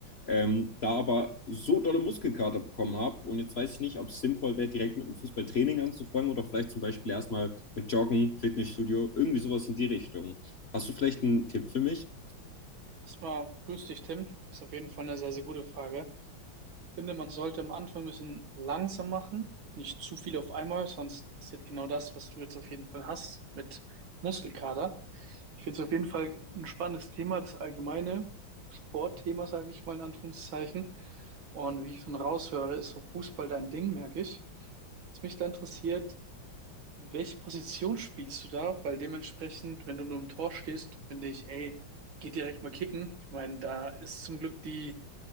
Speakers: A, on the left; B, on the right.
A: ähm, da aber so dolle Muskelkater bekommen habe und jetzt weiß ich nicht, ob es sinnvoll wäre, direkt mit einem Fußballtraining anzufangen oder vielleicht zum Beispiel erstmal mit Joggen, Fitnessstudio, irgendwie sowas in die Richtung. Hast du vielleicht einen Tipp für mich?
B: Erstmal grüß dich, Tim. Ist auf jeden Fall eine sehr, sehr gute Frage. Ich finde, man sollte am Anfang ein bisschen langsam machen, nicht zu viel auf einmal, sonst passiert genau das, was du jetzt auf jeden Fall hast mit Muskelkater. Ich finde es auf jeden Fall ein spannendes Thema, das allgemeine Sportthema, sage ich mal in Anführungszeichen. Und wie ich schon raushöre, ist so Fußball dein Ding, merke ich. Was mich da interessiert, Welche Position spielst du da? Weil dementsprechend, wenn du nur im Tor stehst, finde ich, ey, geh direkt mal kicken. Ich meine, da ist zum Glück die